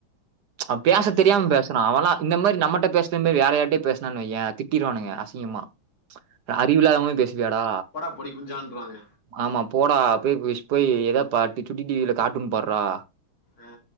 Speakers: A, on the right; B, on the left.
A: அவ பேச
B: ஆ
A: தெரியாம பேஸ் அவல்லா இந்த மாரி நம்மட்ட பேஸ்ன மேரி வேற யார்ட்ட பேஸ்னானு வையே திட்டிர்வானுங்க அசிங்கமா அறிவு இலாத மாரி பேசுவியாடா
B: போடா பொடி குஞ்சான்ருவாங்க
A: ஆமா போடா போய் போய் போயி ஏதா பா சுட்டி டி வி ல கார்ட்டூன் பார்றா
B: ஆ